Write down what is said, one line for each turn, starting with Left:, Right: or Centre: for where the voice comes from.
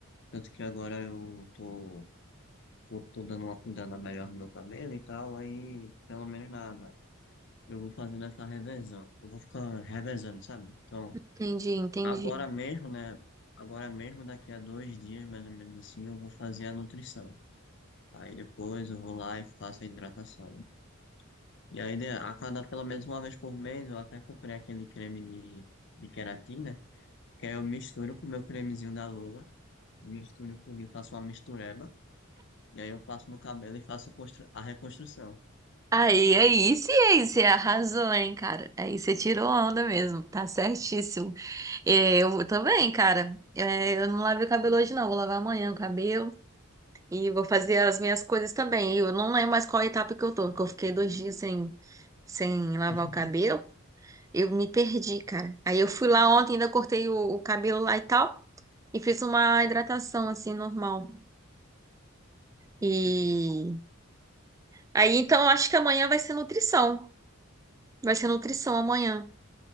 Left: tanto que agora eu tô, tô, tô dando uma cuidada melhor no meu cabelo e tal, aí pelo menos nada. Eu vou fazendo essa revezão, eu vou ficar revezando, sabe? Então,
Right: Entendi, entendi.
Left: Agora mesmo, né? Agora mesmo, daqui a dois dias, mais ou menos assim, eu vou fazer a nutrição. Aí depois eu vou lá e faço a hidratação. E aí, de- a cada pelo menos uma vez por mês, eu até comprei aquele creme de, de queratina, que aí eu misturo com o meu cremezinho da Lula, misturo tudo e faço uma mistureba. E aí eu passo no cabelo e faço constru- a reconstrução.
Right: Aí, aí, sim, aí, você arrasou, hein, cara? Aí você tirou onda mesmo,
Left: né?
Right: tá certíssimo. É, Eu também, cara. É, Eu não lavei o cabelo hoje, não. Vou lavar amanhã o cabelo e vou fazer as minhas coisas também. E Eu não lembro mais qual etapa que eu tô, porque eu fiquei dois dias sem, sem lavar
Left: <laughs>
Right: o cabelo. Eu me perdi, cara. Aí eu fui lá ontem, ainda cortei o, o cabelo lá e tal, e fiz uma hidratação assim, normal. E
Left: Tipo,
Right: aí, então, eu acho que amanhã vai ser nutrição. Vai ser nutrição amanhã.